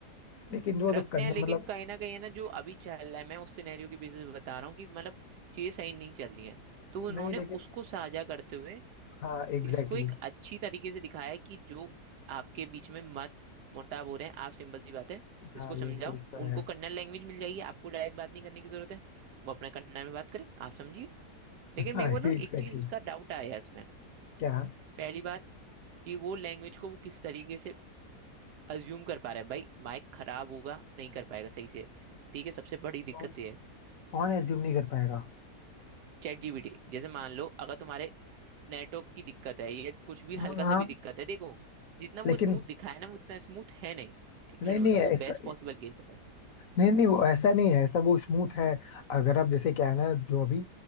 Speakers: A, on the left; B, on the right.
A: लेकिन वो
B: रखते
A: तो करना
B: हैं लेकिन
A: मतलब
B: कहीं ना कहीं है ना जो अभी चल रहा है मैं उस सिनेरियो की बेसिस पे बता रहा हूँ कि मतलब चीजें सही नहीं चल रही हैं तो उन्होंने
A: नहीं लेकिन
B: उसको साझा करते हुए
A: हाँ एग्जैक्टली
B: इसको एक
A: exactly,
B: अच्छी तरीके से दिखाया है कि जो आपके बीच में मत मुटाव हो रहे हैं आप सिंपल सी बात है इसको
A: हाँ
B: समझाओ
A: ये चीज तो
B: उनको
A: है
B: कन्नड़ लैंग्वेज मिल जाएगी आपको डायरेक्ट बात नहीं करने की जरूरत है वो अपने कन्नड़ में बात करें आप समझिए
A: <laughs>
B: लेकिन
A: हाँ
B: मेरे
A: एग्जैक्टली
B: को ना एक चीज
A: exactly,
B: का डाउट आया इसमें
A: क्या
B: पहली बात कि वो लैंग्वेज को वो किस तरीके से अज्यूम कर पा रहा है भाई माइक खराब होगा नहीं कर पाएगा सही से ठीक है सबसे बड़ी दिक्कत
A: तो
B: ये है
A: कौन एज्यूम नहीं कर पाएगा
B: चैट जीपीटी जैसे मान लो अगर तुम्हारे नेटवर्क की दिक्कत है ये कुछ भी
A: हाँ
B: हल्का
A: हाँ
B: सा भी दिक्कत है देखो जितना
A: लेकिन
B: वो स्मूथ दिखाया ना वो उतना स्मूथ है नहीं एक्चुअली
A: नहीं नहीं
B: मैं बताऊँ
A: ऐसा
B: वो बेस्ट पॉसिबल केस है
A: नहीं नहीं वो ऐसा नहीं है ऐसा वो स्मूथ है अगर आप जैसे क्या है ना जो अभी